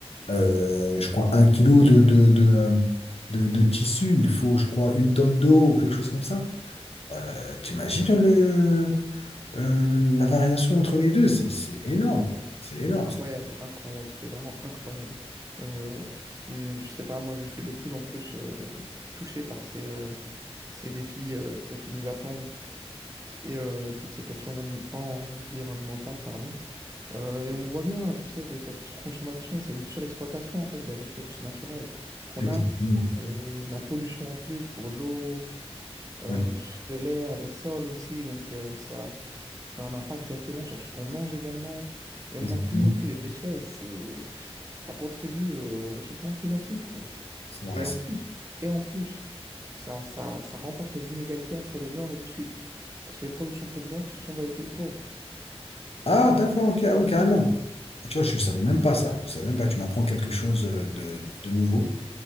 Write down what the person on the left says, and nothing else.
euh, je crois, un kilo de, de, de, euh, de, de tissu, il faut, je crois, une tonne d'eau ou quelque chose comme ça. Euh, t'imagines le, euh, la variation entre les deux, c'est c'est énorme, quoi. C'est énorme.
c'est-
Exactement.
Oui,
exactement.
C'est vrai.
Ah, d'accord, ok, ah oui, carrément. Tu vois, je ne savais même pas ça. Je savais même pas, tu m'apprends quelque chose euh, de, de nouveau.